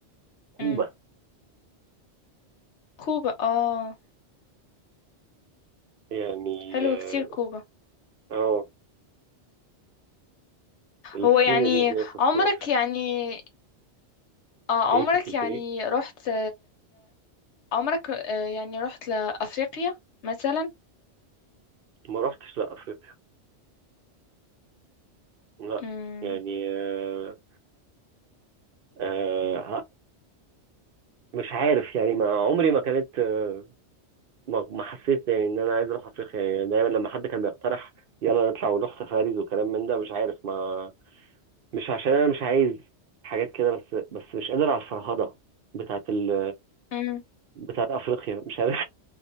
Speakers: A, on the right; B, on the left.
A: كوبا
B: مم. كوبا اه
A: يعني
B: حلوة
A: اه
B: كتير كوبا
A: آه، السينري
B: هو يعني
A: هناك الصور
B: عمرك يعني اه
A: ايه
B: عمرك
A: كنت بتقول
B: يعني
A: ايه؟
B: رحت عمرك آه، يعني رحت لأفريقيا مثلا
A: ما رحتش لا افريقيا لا
B: امم
A: يعني آه آه ه- مش عارف يعني ما عمري ما كانت آه ما ما حسيت يعني ان انا عايز اروح افريقيا يعني دايما لما حد كان بيقترح يلا نطلع ونروح سفاريز وكلام من ده مش عارف ما مش عشان انا مش عايز حاجات كده بس بس مش قادر على الفرهدة بتاعت ال
B: امم
A: بتاعت افريقيا مش عارف